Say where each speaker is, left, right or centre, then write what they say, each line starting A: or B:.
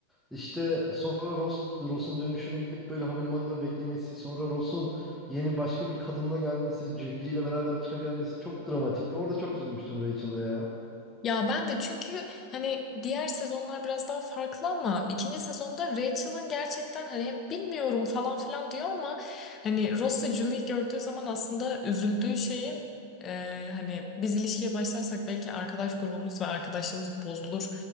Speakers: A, in the centre; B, on the left.
A: İşte sonra Ross, Ross'un dönüşüne gidip böyle havalimanında beklemesi, sonra Ross'un yeni başka bir kadınla gelmesi, Julie ile beraber çıka gelmesi çok dramatikti. Orada çok üzülmüştüm Rachel'a ya.
B: Ya ben de çünkü hani diğer sezonlar biraz daha farklı ama ikinci sezonda Rachel'ın gerçekten hani hem bilmiyorum falan filan diyor ama hani Ross'u Julie'yi gördüğü zaman aslında üzüldüğü şeyin e, hani biz ilişkiye başlarsak belki arkadaş grubumuz ve arkadaşlığımız bozulur